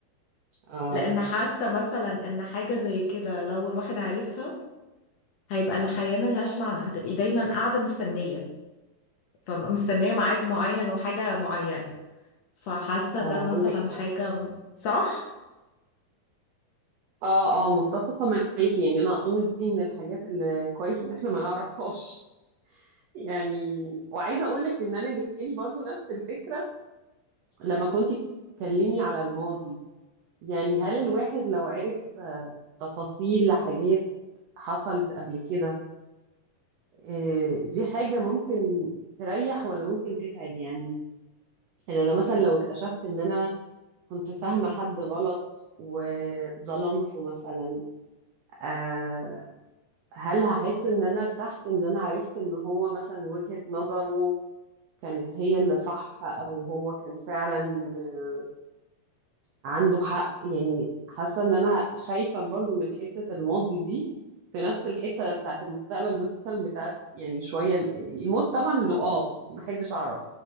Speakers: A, on the right (about 85°); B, on the left (about 70°).
A: اه
B: لان حاسة مثلا ان حاجة زي كده لو الواحد عارفها هيبقى الحياة ملهاش معنى هتبقي دايما قاعدة مستنية فمستنية ميعاد معين وحاجة معينة فحاسة ده
A: اه
B: مثلا
A: عندك
B: حاجة
A: حق
B: صح؟
A: اه اه متفقة معاكي يعني انا اظن دي من الحاجات اللي كويس ان احنا ما نعرفهاش <laughs> يعني وعايزة اقول لك ان انا جالي برضو نفس الفكرة لما كنتي بتتكلمي على الماضي يعني هل الواحد لو عرف آه، تفاصيل لحاجات حصلت قبل كده آه، دي حاجة ممكن تريح ولا ممكن تتعب يعني انا لو مثلا لو اكتشفت ان انا كنت فاهمة حد غلط وظلمته مثلا آه هل هحس ان انا ارتحت ان انا عرفت ان هو مثلا وجهة نظره كانت هي اللي صح او هو كان فعلا آه، عنده حق يعني حاسة ان انا خايفة برضو من حتة الماضي دي في نفس الحتة بتاعت المستقبل مثلا بتاعت يعني شوية ال- يعني الموت طبعا اللي اه ما احبش اعرف